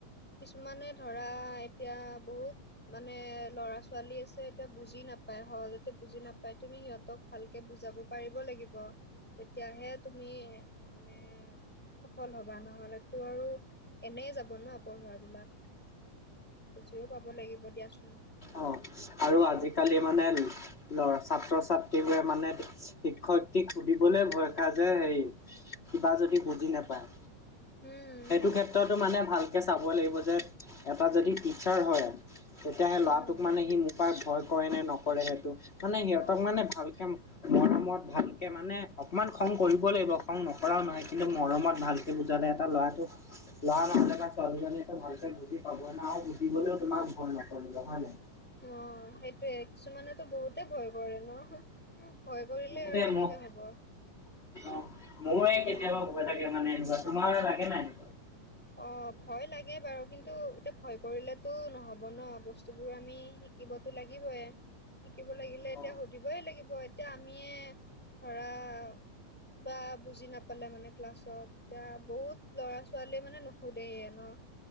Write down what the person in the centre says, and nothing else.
কিছুমানে ধৰা এতিয়া বহুত মানে ল'ৰা-ছোৱালী - ছোৱালী আছে এতিয়া বুজি নাপায় সহজতে বুজি নাপায় - তুমি সিহঁতক ভালকে বুজাব পাৰিব লাগিব তেতিয়াহে তুমি মানে - সফল হ'বা নহলেতো আৰু এনে যাব ন', পঢ়ুৱা বিলাক। বুজিও পাব লাগিব দিয়াচোন।
সেইটোৱে
উম
উম
অ
অ সেইটোৱে কিছুমানেতো বহুতে ভয় কৰে ন? ভয় কৰিলে
আৰু কেনেকে
হব?
অ', ভয় লাগে বাৰু কিন্তু এতিয়া ভয় কৰিলেতো নহ'ব ন' বস্তুবোৰ আমি শি - শিকিবতো লাগিবয়ে, শিকিব লাগিলে
এতিয়া সু - ধিবই লাগিব, এতিয়া আমিয়ে ধৰা - কিবা বুজি নাপালে মানে ক্লাছত, এতিয়া বহুত ল'ৰা ছোৱালীয়ে মানে নুশুধেয়ে ন'।